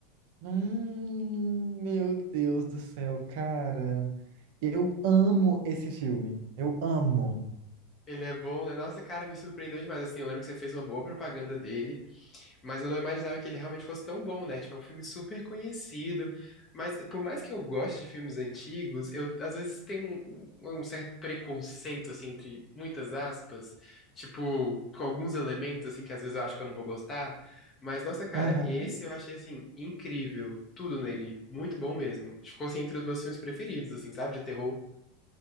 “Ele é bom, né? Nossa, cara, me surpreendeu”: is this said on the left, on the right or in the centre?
Left